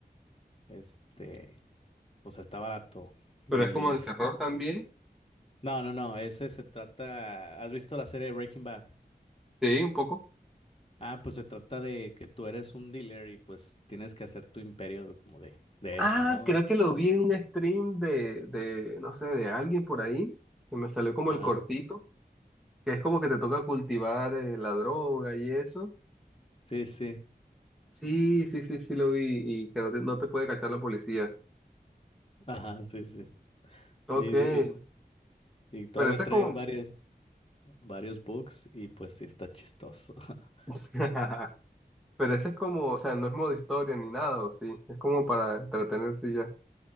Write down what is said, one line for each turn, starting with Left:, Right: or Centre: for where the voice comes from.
Left: Este, o sea, está barato.
Centre: Pero
Left: Y
Centre: es como de
Left: sí
Centre: terror
Left: está-
Centre: también.
Left: no, no, no, ese se trata. ¿Has visto la serie Breaking Bad?
Centre: Sí, un poco.
Left: Ah, pues se trata de que tú eres un dealer y pues tienes que hacer tu imperio de- como de, de
Centre: Ah,
Left: eso, ¿no?
Centre: creo
Left: Y-
Centre: que lo vi en un stream de, de, no sé, de alguien por ahí, que me salió como
Left: Ajá,
Centre: el cortito, que es como que te toca cultivar eh, la droga y eso.
Left: sí, sí,
Centre: Sí, sí, sí, sí lo vi y que no te, no te puede cachar la policía.
Left: ajá, sí, sí.
Centre: Ok,
Left: Y,
Centre: pero
Left: y- y todavía
Centre: ese
Left: traen
Centre: es como,
Left: varios, varios books y pues sí está chistoso. <laughs>
Centre: <laughs> pero ese es como, o sea, no es modo historia ni nada, o sí, es como para entretenerse y ya.